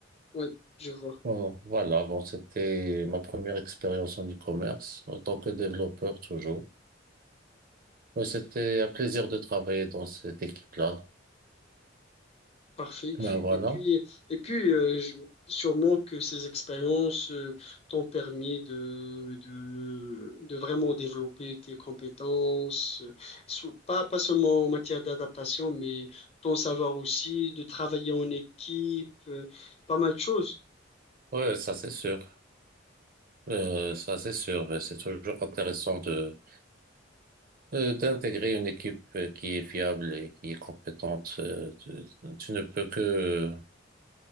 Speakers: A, on the left; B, on the right.
A: oui, je vois.
B: Bon, voilà. Bon, c'était ma première expérience en e-commerce, en tant que développeur toujours. Mais c'était un plaisir de travailler dans cette équipe-là.
A: Parfait.
B: Ben voilà.
A: Et puis, et puis euh, je- sûrement que ces expériences euh, t'ont permis de, de, de vraiment développer tes compétences, euh, sou- pas, pas seulement en matière d'adaptation, mais ton savoir aussi, de travailler en équipe, euh, pas mal de choses.
B: Ouais, ça c'est sûr. Euh, ça, c'est sûr. mais C'est toujours intéressant de euh, d'intégrer une équipe euh, qui est fiable et qui est compétente. Euh, Tu, tu ne peux que